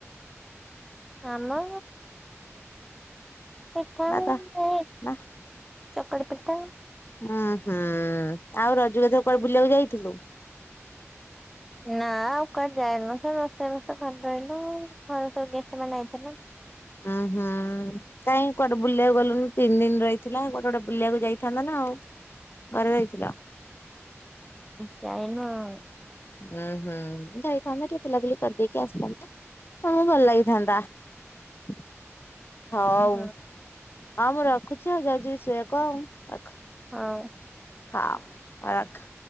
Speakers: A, in the centre; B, on the left.
A: ଆମ ପିଠା
B: ନା
A: <unintelligible>
B: ତ ନା
A: ଚକଡ଼ି ପିଠା।
B: ଉଁ ହୁଁ ଆଉ ରଜୁକୁ ଏଥର କୁଆଡ଼େ ବୁଲିୟାକୁ ଯାଇଥିଲୁ?
A: ନାଁ ଆଉ କୁଆଡ଼େ ଯାଇନଥିଲୁ ରୋଷେଇ ବାଷ ଘରେ ରହିଲୁ ଆ ଘର ସବୁ ଗେଷ୍ଟ ମାନେ ଆଇଥିଲେ।
B: ଉଁ ହୁ। କାଇଁ କୁଆଡ଼ୁ ବୁଲିଆକୁ ଗଲୁନୁ। ତିନ୍ ଦିନ୍ ରହିଥିଲା କୋଟେ ଗୋଟେ ବୁଲିବାକୁ ଯାଇଥାନ୍ତା ନା ଆଉ। ଘରେ ରଇଥିଲ?
A: ଉଁ ଚାଇନ ଆଉ।
B: ଉଁ ହୁଁ ଯାଇଥାନ୍ତେ ଟିଏ ପିଲା ପିଲି କରିଦେଇକି ଆସିଥାନ୍ତା। ତ ଭଲ ଲାଗିଥାନ୍ତା। <inaudible> ହଁଉ
A: ହଁ ହଁ
B: ହଁ ମୁଁ ରଖୁଛି? ଆଉ ଯାଉଛି ଜିବି ଶୋଇବାକୁ ଆଉ ରଖ।
A: ହଁ।
B: ହାଉ ରଖ୍।